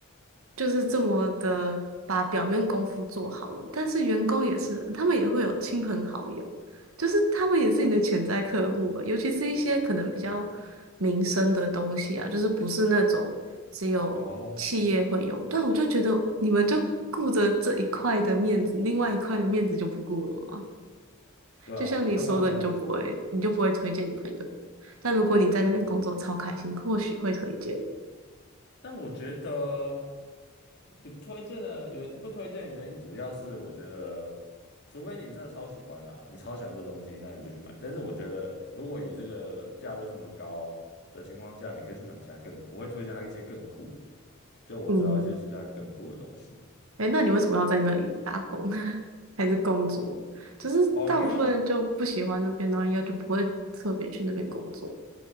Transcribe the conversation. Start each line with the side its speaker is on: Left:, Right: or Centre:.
Right: 就是这么的把表面功夫做好了，但是员工也是人，他们也会有亲朋好友，就是他们也是你的潜在客户吧，尤其是一些可能比较民生的东西啊，就是不是那种只有企业会用。
Left: 哦，
Right: 但我就觉得你们就顾着这一块的面子，另外一块的面子就不顾了嘛。
Left: 对啊，
Right: 就像你说的，
Left: 他们好像
Right: 你就不会，你就不会推荐你朋友。但如果你在那边工作超开心，或许会推荐。
Left: 但我觉得不推荐的原不推荐的原因，主要是我觉得，除非你真的超喜欢啦，你超喜欢这东西，那你就去买。但是我觉得，如果以这个价位这么高的情况下，你可以去买其他更，我会推荐它一些更酷的，就我知道一些其他更酷的东西。
Right: 嗯，哎，那你为什么要在那里打工呢？<laughs> 还是工作？就是大部分人就不喜欢那边的话，
Left: 哦，因为
Right: 应该就不会特别去那边工作。